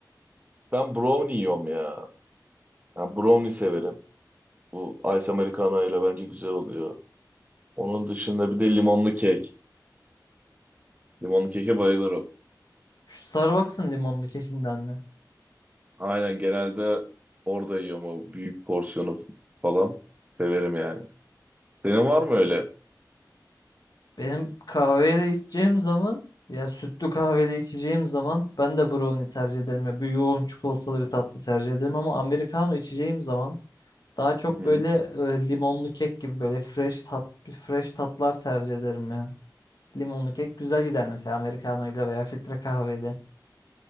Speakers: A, on the right (about 20°); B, on the left (about 65°).
A: Ben brownie yiyorum ya. Ben brownie severim. Bu ice americano ile bence güzel oluyor. Onun dışında bir de limonlu kek. Limonlu keke bayılırım.
B: Şu Starbucks'ın limonlu kekinden mi?
A: Aynen genelde orada yiyorum o büyük porsiyonu falan. Severim yani. Senin var mı öyle?
B: Benim kahveyle içeceğim zaman ya sütlü kahveyle içeceğim zaman ben de brownie tercih ederim. Ya bir yoğun çikolatalı bir tatlı tercih ederim ama americano içeceğim zaman daha çok
A: Hı hı.
B: böyle e, limonlu kek gibi böyle fresh tat fresh tatlar tercih ederim ya. Limonlu kek güzel gider mesela Americano'yla veya filtre kahveyle.